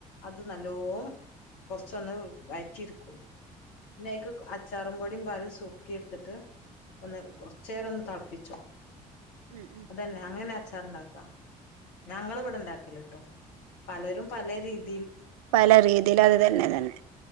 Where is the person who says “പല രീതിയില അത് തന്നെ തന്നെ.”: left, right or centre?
Right